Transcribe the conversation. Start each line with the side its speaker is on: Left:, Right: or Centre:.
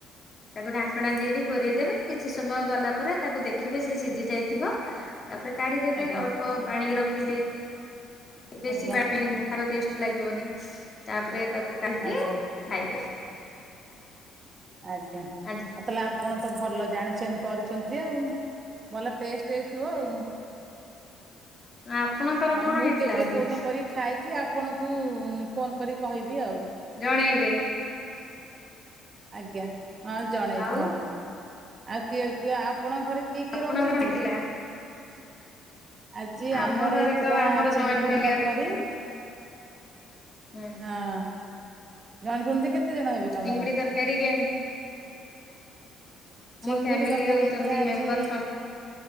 Left: ତାକୁ ଢାଙ୍କଣା ଦେଇକି ଘୋରୋଇ ଦେବେ କିଛି ସମୟ ଗଲା ପରେ ତାକୁ ଦେଖିବେ ସେ ସିଝି ଯାଇଥିବ ତାପରେ କାଢିଦେବେ
Right: ଆଜ୍ଞା
Left: ଅଳ୍ପ ପାଣି ରଖିବେ ବେଶୀ
Right: ଆଜ୍ଞା
Left: ପାଣି ଖାଇବାକୁ ଟେଷ୍ଟେ ଲାଗିବନି ତାପରେ ତାକୁ ଖାଇକି
Right: ଆଜ୍ଞା
Left: ଖାଇବେ।
Right: ଆଜ୍ଞା ତାହେଲେ
Left: ଆଜି
Right: ଆପଣ ତ ଭଲ ଜାଣିଛନ୍ତି କରୁଛନ୍ତି ଆଉ ଭଲ ଟେଷ୍ଟ ହେଇଥିବ ଆଉ।
Left: ଆପଣଙ୍କର
Right: ଆଉ
Left: କଣ
Right: ମୁଁ
Left: ହେଇଥିଲା
Right: କେବେ
Left: ଆଜି
Right: କୋଉଦିନ କରି ଖାଇକି ଆପଣଙ୍କୁ ଫୋନ କରି କହିବି ଆଉ।
Left: ଜଣେଇବେ?
Right: ଆଜ୍ଞା ହଁ ଜଣେଇବି
Left: ଆଉ
Right: ହଁ ଆଉ କିଏ ଆପଣଙ୍କ ଘରେ କିଏ କିଏ
Left: ଆପଣ
Right: ରହୁଛନ୍ତି?
Left: କଣ ଥିଲା?
Right: ଆଜି ଆମର
Left: ଆମ ଘରେ
Right: ହେଇଥିଲା
Left: ତ ଆମର
Right: ଚିଙ୍ଗୁଡି
Left: ଜଏଣ୍ଟ ଫ୍ୟାମିଲି
Right: ତରକାରୀ।
Left: ଅଛନ୍ତି ହୁଁ
Right: ହଁ ଝପମତି କେତେ <unintelligible> ତମର?
Left: ଚିଙ୍ଗୁଡି ତରକାରୀ କେ
Right: ଚିଙ୍ଗୁଡି
Left: ଫ୍ୟାମିଲି
Right: ତରକାରୀ
Left: ହଉଛନ୍ତି
Right: ହେଇଥିଲା ଆଜି।
Left: ମେମ୍ବର ସଂଖ୍ୟା